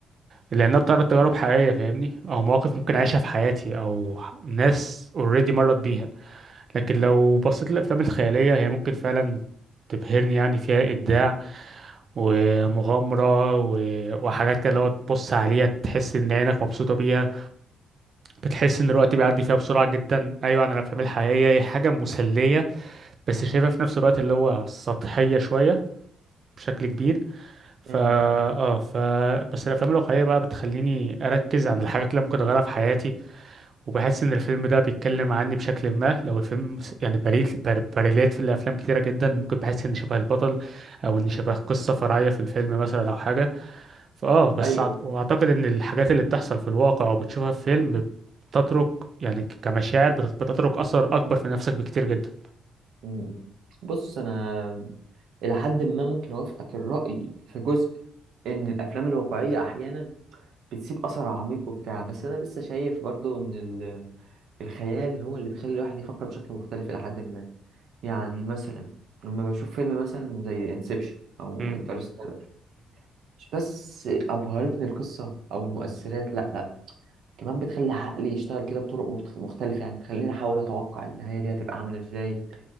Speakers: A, on the right; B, on the right.
A: لانها بتعرض تجارب حقيقيه فاهمني او مواقف ممكن اعيشها في حياتي او ح- ناس اوريدي مرت بيها لكن لو بصيت للافلام الخياليه هي ممكن فعلا تبهرني يعني فيها ابداع ومغامره و... وحاجات كده لو تبص عليها تحس ان عينك مبسوطه بيها بتحس ان الوقت بيعدي فيها بسرعه جدا ايوه عن الافلام الحقيقيه هي حاجه مسليه بس شايفها في نفس الوقت اللي هو سطحية شوية بشكل كبير فا
B: امم
A: اه ف بس الافلام الواقعية بقى بتخليني اركز عن الحاجات اللي ممكن اغيرها في حياتي وبحس ان الفيلم ده بيتكلم عني بشكل ما لو الفيلم مس- يعني بريت بر- بريلات في الافلام كتيرة جدا ممكن بحس ان شبه البطل او ان شبه قصة فرعية في الفيلم مثلا او حاجة فاه بس
B: ايوه
A: أعت- واعتقد ان الحاجات اللي بتحصل في الواقع او بتشوفها في فيلم بتترك يعني ك- كمشاعر بتت- بتترك اثر اكبر في نفسك بكتير جدا
B: م- م. بص انا الى حد ما ممكن اوافقك الراي في جزء ان الافلام الواقعيه احيانا بتسيب اثر عميق وبتاع بس انا لسه شايف برضو ان الخيال هو اللي بيخلي الواحد يفكر بشكل مختلف إلى حد ما يعني مثلا لما بشوف فيلم مثلا زي انسبشن أو
A: مم.
B: انترستيلر مش بس أبهرتني القصة أو المؤثرات لأ لأ كمان بتخلي عقلي يشتغل كده بطرق مخت- مختلفة يعني تخليني أحاول أتوقع النهاية دي هتبقى عاملة إزاي